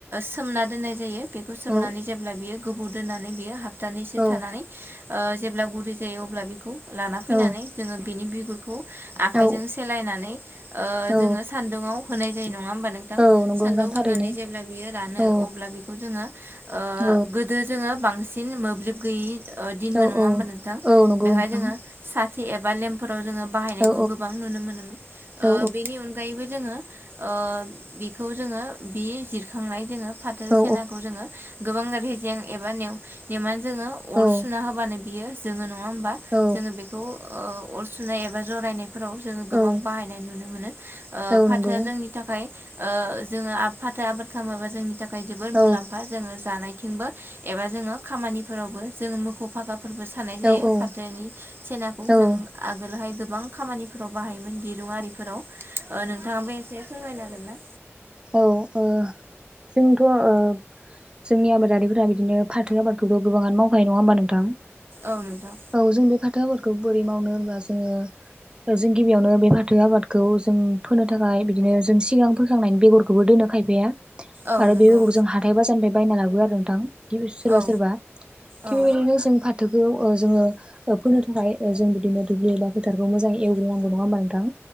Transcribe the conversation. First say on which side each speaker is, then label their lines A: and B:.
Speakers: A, on the right (about 50°); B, on the right (about 20°).
A: सोमना दोन्नाय जायो बेखौ सोमनानै
B: औ
A: जेब्ला बियो गोबाव दोननानै बियो सपथानैसो
B: औ
A: थानानै ओ जेब्ला गुरै जायो अब्ला बेखौ लाना फैनानै
B: औ
A: जोङो बिनि बिगुरखौ आखाइजों
B: औ
A: सेलायनानै ओ
B: औ
A: जोङो सान्दुङाव होनाय जायो। नङा होमबा नोंथां
B: औ नंगौ
A: सान्दौ
B: नोंथां थारैनो
A: होनानै जेब्ला बियो रानो
B: औ
A: अब्ला बेखौ जोङो। ओ
B: औ
A: गोदो जोङो बांसिन मोब्लिब गैयि ओ दिनमोन
B: औ
A: नङा
B: औ
A: होमबा नोंथां
B: औ नंगौ
A: बेवहाय
B: नोंथां
A: जोङो साथि एबा लेम फोराव जोङो बाहायनायखौ
B: औ
A: गोबां नुनो मोनोमोन
B: औ
A: ओ बेनि अनगायैबो जोङो ओ बेखौ जोङो बि जिरखांनाय जोङो। फाथो
B: औ
A: सेनाखौ जोङो गोबां रेजें एबा नेउ नेउमान जोङो अर
B: औ
A: सुना होबानो बियो जोङो नङा होमबा
B: औ
A: जोङो बेखौ ओ अर सुनाय एबा जरायनाय‌ फोराव जोङो गोबां
B: औ
A: बाहायनाय नुनो मोनो। ओ
B: औ
A: फाथोआ
B: नंगौ
A: जोंनि थाखाय ओ जोङो फाथो आबाद खालामोबा जोंनि थाखाय थाखाय जोबद
B: औ
A: मुलाम्फा जोङो जानायथिंबो एबा जोङो खामानिफोरावबो जों मोखौ फागा फोरबो सानाय
B: औ
A: जायो
B: ओ
A: फाथोनि सेनाखौ
B: जोंथ'
A: जों आगोलहाय गोबां खामानि फोराव बाहायोमोन दिरुं आरिफोराव ओ नोंथाङाबो एसे फोरमायनो हागोन ना?
B: औ ओ जोंथ' ओ जोंनि आबादारिफोरा बिदिनो फाथो आबादखौथ' गोबाङानो मावखायो नङा होमबा नोंथां?
A: औ नोंथां
B: औ जों बे फाथो आबादखौ बोरै मावनो होनबा जोङो जों गिबियावनो बे फाथो आबादखौ जों फोनो थाखाय बिदिनो जों सिगां फोखांनायनि बेगरखौबो दोनो खायफाया
A: औ
B: आरो
A: नंगौ
B: बेगर जों हाथाय बाजारनिफ्राय बायना लाबो आरो नोंथां। गिब सोरबा
A: औ
B: सोरबा थिग
A: औ
B: बेबायदिनो जों फाथो फाथोखौ ओ जोङो फोनो थाखाय जों बिदिनो दुब्लि एबा फोथारखौ मोजाङै एवग्रोनांगौ नङा होमबा नोंथां।